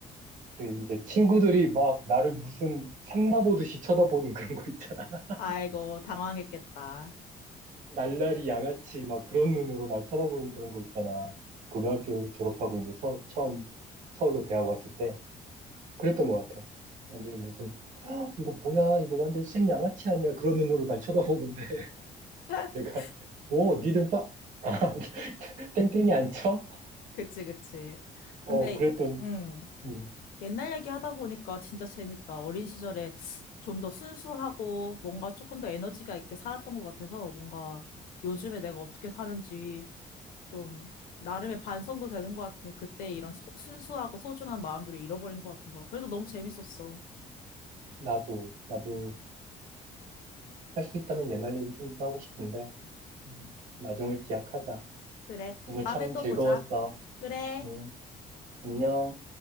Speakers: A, on the right; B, on the left.
A: 그 이제 친구들이 막 나를 무슨 생마 보듯이 쳐다보는 그런 거 있잖아. <laughs>
B: 아이고, 당황했겠다.
A: 날라리 양아치 막 그런 눈으로 날 쳐다보는 그런 거 있잖아. 고등학교 졸업하고 이제 서, 처음 서울로 대학 왔을 때 그랬던 것 같아. 완전히 무슨 "헉, 이거 뭐야 이거 완전 생 양아치 아니야 그런 눈으로 날 쳐다보는데 <laughs>
B: <laughs>
A: 내가 뭐 니들 빠 아, <laughs> 땡땡이 안 쳐?
B: 그치, 그치. 근데
A: 어 그랬던
B: 응.
A: 음,
B: 옛날 얘기 하다 보니까 진짜 재밌다. 어린 시절에 좀 더 순수하고 뭔가 조금 더 에너지가 있게 살았던 것 같아서 뭔가 요즘에 내가 어떻게 사는지 좀 나름의 반성도 되는 것 같아. 그때 이런 소- 순수하고 소중한 마음들을 잃어버린 것 같아서. 그래도 너무 재밌었어.
A: 나도 나도 할 수 있다면 옛날 얘기 좀 더 하고 싶은데 음, 나중을 기약하자.
B: 그래.
A: 오늘
B: 다음에
A: 참
B: 또
A: 즐거웠어.
B: 보자. 그래.
A: 응, 안녕.